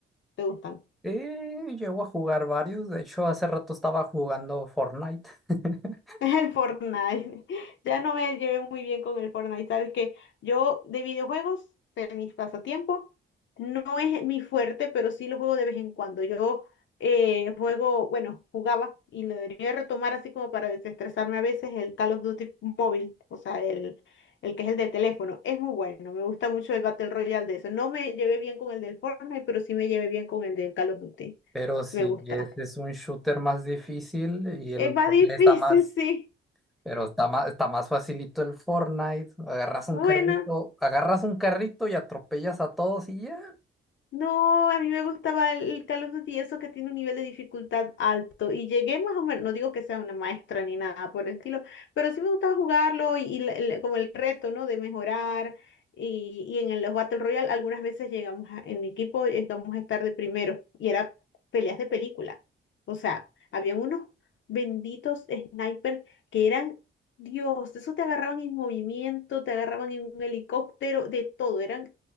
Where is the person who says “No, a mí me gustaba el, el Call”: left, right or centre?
Left